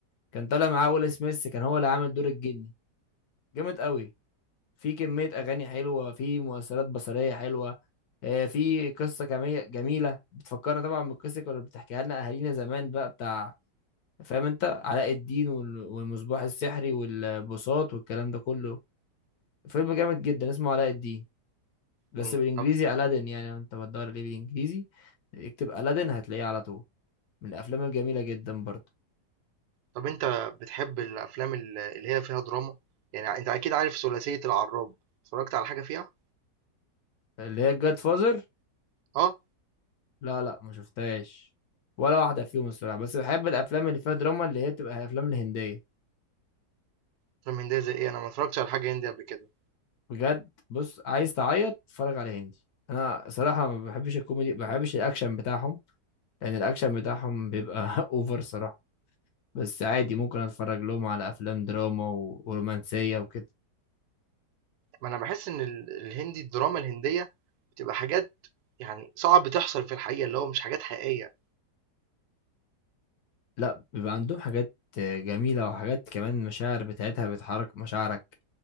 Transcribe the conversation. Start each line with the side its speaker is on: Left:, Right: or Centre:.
Left: كان طالع معاه ويل سميث كان هو اللي عامل دور الجني جامد قوي في كمية أغاني حلوة في مؤثرات بصرية حلوة آه، في قصة كمية جميلة بتفكرنا طبعا بالقصة اللي كانوا بتحكيها لنا أهالينا زمان بقى بتاع فاهم أنت علاء الدين وال- والمصباح السحري والبساط والكلام ده كله فيلم جامد جدا اسمه علاء الدين بس
Right: مم.
Left: بالإنجليزي
Right: طب
Left: ألادين يعني لو أنت بتدور ليه بالإنجليزي اكتب ألادين هتلاقيه على طول من الأفلام الجميلة جدا برضه
Right: طب انت بتحب الافلام ال- اللي هي فيها دراما يعني انت اكيد عارف ثلاثيه العراب اتفرجت على حاجه فيها
Left: اللي هي الجاد فازر
Right: اه
Left: لا لا ما شفتهاش ولا واحدة فيهم الصراحة بس بحب الأفلام اللي فيها دراما اللي هي بتبقى أفلام الهندية
Right: افلام هنديه زي ايه انا ما اتفرجتش على حاجه هندي قبل كده
Left: بجد بص عايز تعيط اتفرج على هندي انا صراحه ما بحبش الكوميدي ما بحبش الاكشن بتاعهم لان الاكشن بتاعهم بيبقى <laughs> اوفر صراحه بس عادي ممكن اتفرج لهم على افلام دراما و... ورومانسيه وكده
Right: ما انا بحس ان ال- الهندي الدراما الهنديه بتبقى حاجات يعني صعب تحصل في الحقيقه اللي هو مش حاجات حقيقيه
Left: لا بيبقى عندهم حاجات جميله وحاجات كمان مشاعر بتاعتها بتحرك مشاعرك